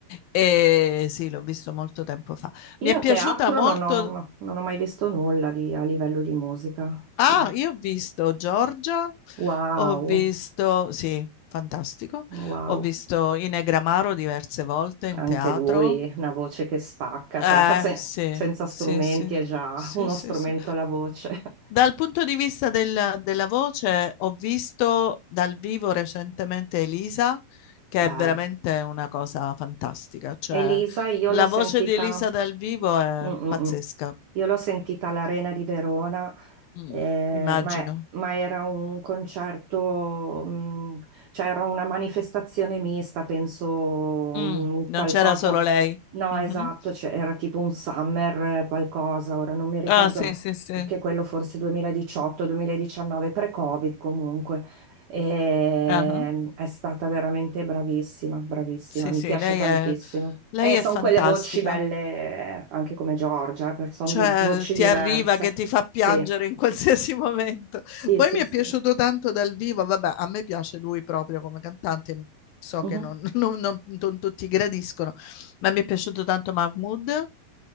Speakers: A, on the left; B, on the right.
A: E sì, l'ho visto molto tempo fa.
B: Io
A: Mi è piaciuta
B: teatro
A: molto.
B: non ho, no, non ho mai visto nulla di- a livello di musica.
A: Ah,
B: Ma-
A: io ho visto Giorgia,
B: Wow,
A: ho visto, sì, fantastico.
B: wow.
A: Ho visto Inegramaro diverse volte in
B: Anche
A: teatro.
B: lui, una voce che spacca,
A: Eh,
B: cioè fa se-
A: sì,
B: senza strumenti
A: sì, sì,
B: è già
A: sì,
B: uno
A: sì,
B: strumento
A: sì.
B: la voce. <laughs>
A: Dal punto di vista del- della voce, ho visto dal vivo recentemente Elisa, che
B: Bello.
A: è veramente una cosa fantastica. Cioè,
B: Elisa, io
A: la
B: l'ho sentita
A: voce di Elisa dal vivo è
B: Mm, mm,
A: pazzesca.
B: mm. Io l'ho sentita all'Arena di Verona,
A: Mm,
B: eh,
A: immagino.
B: ma, è- ma era un concerto, mm, cioè era una manifestazione mista, penso un
A: Mm, non
B: qualcosa.
A: c'era solo lei.
B: No,
A: Mhm.
B: esatto, cioè, era tipo un summer eh, qualcosa, ora non mi ricordo
A: Ah, sì, sì, sì.
B: che quello forse 2018-2019, pre-Covid comunque. E
A: Ah,
B: è stata veramente bravissima, bravissima,
A: Sì,
B: mi
A: sì,
B: piace
A: lei
B: tantissimo.
A: è, lei
B: E
A: è
B: sono
A: fantastica.
B: quelle voci belle, eh, anche come Giorgia, sono
A: Cioè,
B: di voci
A: ti
B: diverse.
A: arriva che ti fa piangere
B: Sì,
A: in <laughs> qualsiasi momento.
B: sì,
A: Poi
B: sì,
A: mi è
B: sì.
A: piaciuto tanto dal vivo, vabbè, a me piace lui proprio come cantante, so
B: Mhm.
A: che non, <laughs> non- non- non tutti gradiscono, ma mi è piaciuto tanto Mahmood,